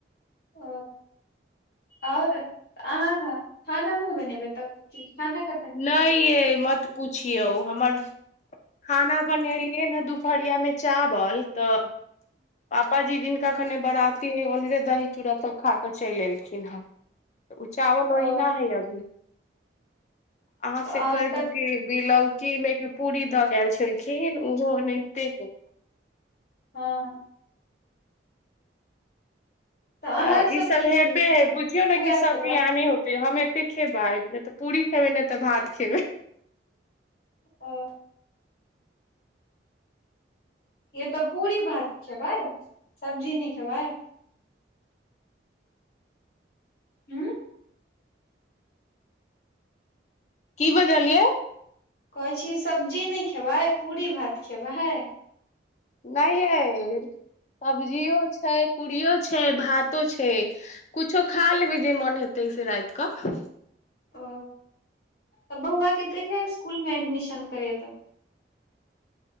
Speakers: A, on the left (about 55°); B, on the left (about 40°).
A: ओ आओर अहाँ खाना नहि बनेबै तब खाना की
B: नइ ये मत पुछियौ हमर खाना बनेलियै ने दुपहरिया मे चावल तऽ पाप जी जिनका कनि बराती है उन्हरे दही चूड़ा सब खाके चैल एलखिन हे ओ चावल
A: ओ
B: ओहिना है अभी अहाँ से
A: आओर
B: कहि दू
A: तऽ
B: की बीलौकी में पूरी दऽ गेल छलखिन ओहो एनाहिते ह
A: हँ हँ
B: तऽ
A: अहाँ
B: ई सब
A: की खेबै
B: हेबे है बुझियौ ने कि
A: उएह
B: सब
A: खेबै
B: बिआन होते हमे कते खेबै नहि तऽ पूरी खेबै नहि तऽ भात खेबै
A: ओ तऽ पूरी भात खेबै सब्जी नहि खेबै? हँ
B: की बजलियै
A: कहै छी सब्जी नहि खेबै पूरी भात खेबै है।
B: नहि यइ सब्जियो छै। पूड़ियो छै। भातो छै। कुछो खा लेबै जे मन हेतै से रात कऽ
A: ओ तऽ बौआ के कहिया स्कूल मे एडमिशन करेत?